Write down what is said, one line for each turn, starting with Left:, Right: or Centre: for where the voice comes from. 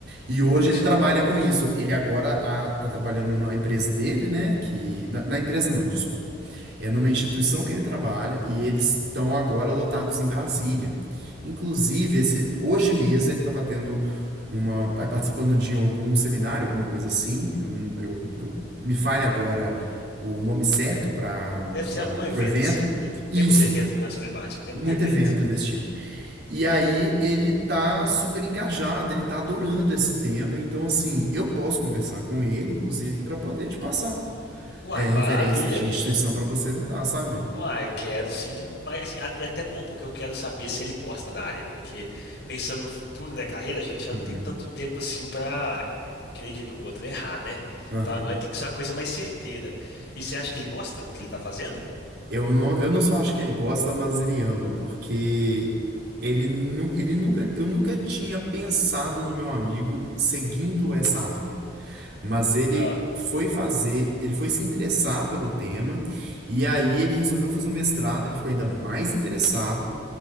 Right: e hoje
Left: Olha
Right: ele
Left: só.
Right: trabalha com isso. Ele agora está trabalhando na empresa dele, né? Que, na, na empresa não, desculpa. É numa instituição que ele trabalha e eles estão agora lotados em Brasília. Inclusive, esse, hoje mesmo ele estava tendo uma, aí participando de algum seminário, alguma coisa assim. Eu, eu- eu- me falha agora o nome certo para
Left: Deve ser
Right: para
Left: algum evento,
Right: o evento.
Left: assim. Tem,
Right: Isso.
Left: tem muito evento de mudança climática, tem
Right: Muito
Left: muito evento.
Right: evento desse tipo. E aí ele tá super engajado, ele tá adorando esse tema, então assim, eu posso conversar com ele, inclusive, para poder te passar
Left: Uai,
Right: é,
Left: maravilha.
Right: referência de instituição para você tentar, sabe?
Left: Uai, quero sim demais. E a- e É até bom porque eu quero saber se ele gosta da área, porque pensando no futuro, né, carreira, a gente já
Right: Uhum.
Left: não tem tanto tempo assim pra, que nem diria o outro, errar, né?
Right: Aham.
Left: Então agora tem que ser uma coisa mais certeira. E você acha que ele gosta do que ele tá fazendo?
Right: Eu não, eu não só acho que ele gosta, mas ele ama, porque ele, nu, ele nunca, eu nunca tinha pensado no meu amigo seguindo essa área. Mas ele
Left: Ah,
Right: foi fazer, ele foi se interessar pelo tema, e aí ele resolveu fazer o mestrado, ele ficou ainda mais interessado,